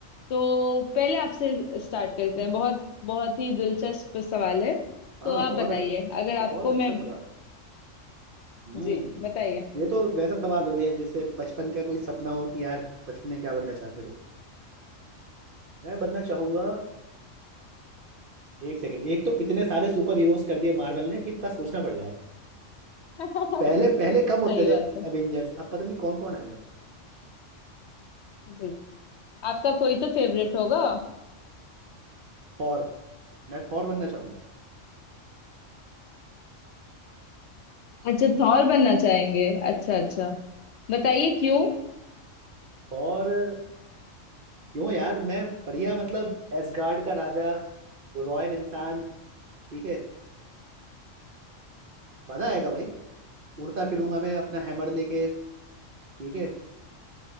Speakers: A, on the left; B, on the right.
A: तो पहले आपसे स्टार्ट करते हैं बहुत बहुत ही दिलचस्प सवाल है
B: हाँ
A: तो आप
B: बहुत
A: बताइए
B: अच्छ-
A: अगर आपको
B: बहुत अच्छा
A: मैं
B: सवाल हम्म
A: जी बताइए
B: ये तो वैसा सवाल हो गया जैसे बचपन का कोई सपना हो कि यार बचपन में क्या बनना चाहते थे मैं बनना चाहूंगा एक सेकंड एक तो इतने सारे सुपर हीरोज कर दिए मार्वल ने कि इतना सोचना पड़ रहा है
A: <laughs>
B: पहले
A: सही
B: पहले कम होते थे
A: बात है
B: एवेंजर्स अब पता नहीं कौन कौन आ गया यार
A: जी आपका कोई तो फेवरेट होगा
B: थॉर मैं थॉर बनना चाहूंगा
A: अच्छा थॉर बनना चाहेंगे अच्छा अच्छा बताइए क्यों
B: और क्यों यार मैं बढ़िया मतलब एसगार्ड का राजा रॉयल इंसान ठीक है मजा आएगा भाई उड़ता फिरूंगा मैं अपना हैमर लेके ठीक है